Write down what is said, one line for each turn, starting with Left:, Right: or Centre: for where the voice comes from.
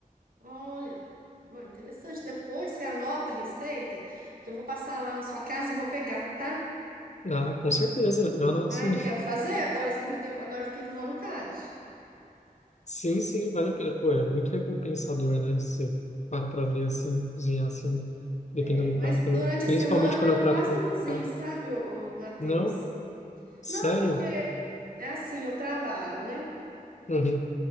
Right: olha, Ué, interessante. Depois você anota a receita que eu vou passar lá na sua casa e vou pegar, tá?
Left: Ah, com certeza, eu anoto
Right: Ah,
Left: sim.
Right: eu quero fazer, agora você me deu, agora eu fiquei com vontade.
Left: Sim, sim, vale a pena. Pô, é muito recompensador, né? Você para pra ver assim, cozinhar assim, dependendo
Right: É, mas
Left: do prato. Quando
Right: durante
Left: eu-
Right: a
Left: principalmente
Right: semana
Left: quando
Right: eu
Left: é um prato
Right: quase
Left: complicado.
Right: não cozinho, sabe, ô, ô, Matheus?
Left: Não? Sério?
Right: Não, porque é assim, eu trabalho, né?
Left: Uhum.